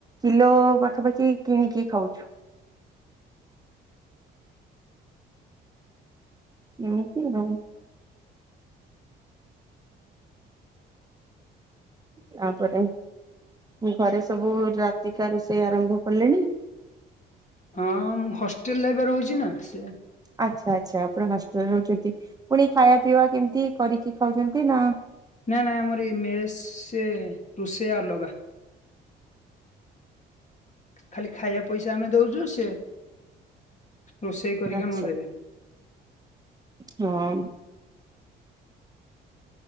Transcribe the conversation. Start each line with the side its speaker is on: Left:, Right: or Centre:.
Right: କିଲୋ ପାଖାପାଖି କିଣିକି ଖାଉଛୁ। ଏମିତି ଆଉ। ତାପରେ ଘରେ ସବୁ ରାତିକା ରୋଷେଇ ଆରମ୍ଭ କଲେଣି?
Left: ହଁ ମୁଁ ହଷ୍ଟେଲରେ ଏବେ ରହୁଛି ନା ସେ
Right: ଆଚ୍ଛା ଆଚ୍ଛା ଆପଣ ହଷ୍ଟେଲରେ ରହୁଛନ୍ତି ପୁଣି ଖାଇବା ପିଇବା କେମିତି କରିକି ଖାଉଛନ୍ତି ନା
Left: ନାଇଁ ନାଇଁ ଆମର ଏଇ ମେସ ସେ ରୋଷେଆ ଅଲଗା। ଖାଲି ଖାଇଆ ପଇସା ଆମେ ଦଉଛୁ ସେ ରୋଷେଇ କରିକି
Right: ଆଚ୍ଛା
Left: ଆମକୁ ଦେବେ।
Right: ହଁ।